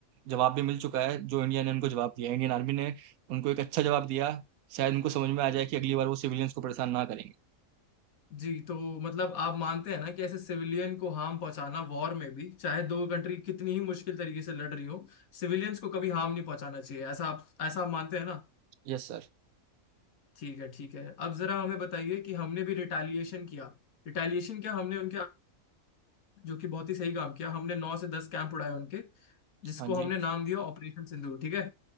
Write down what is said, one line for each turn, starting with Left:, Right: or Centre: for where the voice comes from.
Right: जवाब भी मिल चुका है जो इंडिया ने उनको जवाब दिया इंडियन आर्मी ने उनको एक अच्छा जवाब दिया शायद उनको समझ में आ जाए कि अगली बार वो सिविलियंस को परेशान ना करेंगे
Left: जी तो मतलब आप मानते हैं ना कि ऐसे सिविलियन को हार्म पहुंचाना वॉर में भी चाहे दो कंट्री कितनी ही मुश्किल तरीके से लड़ रही हो सिविलियंस को कभी हार्म नहीं पहुंचाना चाहिए ऐसा आप ऐसा आप मानते हैं ना
Right: Yes sir
Left: ठीक है ठीक है अब जरा हमें बताइए कि हमने भी रिटेलिएशन किया रिटेलिएशन क्या हमने उनके जो कि बहुत ही सही काम किया हमने नौ से दस कैंप उड़ाए उनके जिसको
Right: हाँ जी
Left: हमने नाम दिया ऑपरेशन सिंदूर ठीक है